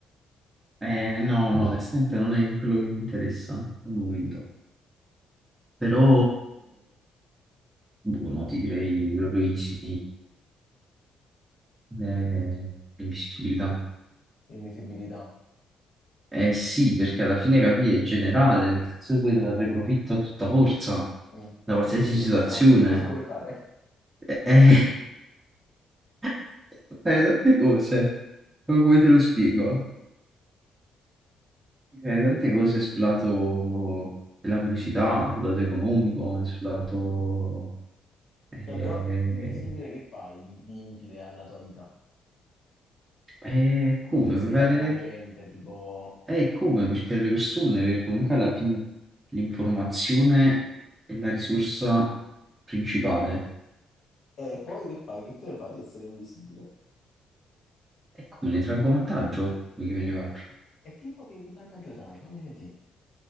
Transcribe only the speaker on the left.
Invisibilità.
Mm, per-
perché?
Cosa, cosa vuoi fare?
Eh, però invisibile che fai di, di utile alla tua vita?
Oltre a spiare
la gente, tipo...
E poi che fai? Che te ne fai di essere invisibile?
E tipo che, che vantaggio trae? Fammi sentire.